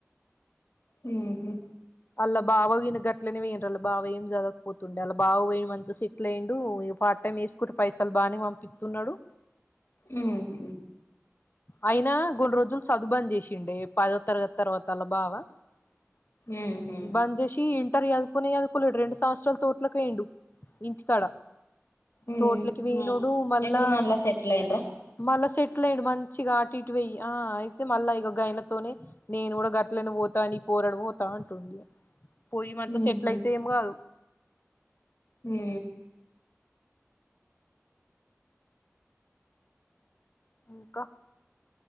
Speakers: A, on the left (about 60°); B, on the left (about 40°).
A: మ్ హు
B: అళ్ళ బావ గిన్ గట్లనే పోఇర్రు బావ ఏం చదవపోతుండే అలా బావ పోయి మంచిగ స్ <unintelligible> ఇగ పార్ట్ టైం <unintelligible> పైసలు బానే పంపిస్తున్నాడు
A: ఉ హు
B: అయినా కొన్ని రోజులు <unintelligible> చేసిండే పదో తరగతి తర్వాతలా బావ <unintelligible>
A: ఉహు
B: ఇంటర్ <unintelligible> కునే అదుకోలేడు రెండు సంవత్సరాల తోట్లకి వేండు ఇంటికాడ
A: ఉహు
B: తోట్లకి <unintelligible> మళ్ళా
A: ఇప్పుడు సెటిల్ అయిండ్రా
B: మళ్ళా సెటిల్ అయడు మ మచ్చిగా అ ఇటువయ్య ఆ అయితే మళ్ళా ఇక గయనతోనే నేను కూడా గట్ని పోతా న పోరాడు పోతా అంటుండి పోయి మంత
A: ఉహు
B: సెటిల్ అయితే ఏం కాదు
A: హు
B: ఇంక